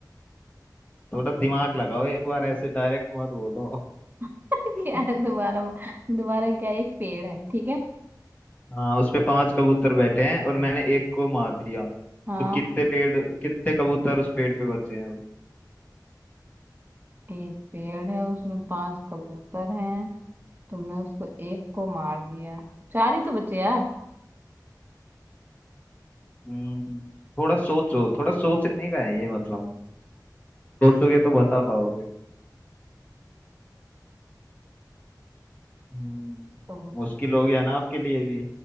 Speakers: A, on the left; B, on the right.
A: थोड़ा दिमाग लगाओ एक बार ऐसे डायरेक्ट मत बोलो
B: <laughs>
A: <laughs>
B: क्या है दोबारा दोबारा क्या है? एक पेड़ है ठीक है
A: हाँ उस पे पांच कबूतर बैठे हैं और मैंने एक को मार दिया
B: हाँ
A: तो कितने पेड़ कितने कबूतर उस पेड़ पे बचे हैं अब?
B: एक पेड़ है उसमें पांच कबूतर हैं तुमने उसको एक को मार दिया चार ही तो बचे यार
A: हम्म थोड़ा सोचो थोड़ा सोचने का है ये मतलब सोचोगे तो बता पाओगे हम्म
B: कबूतर
A: मुश्किल हो गया ना आपके लिए भी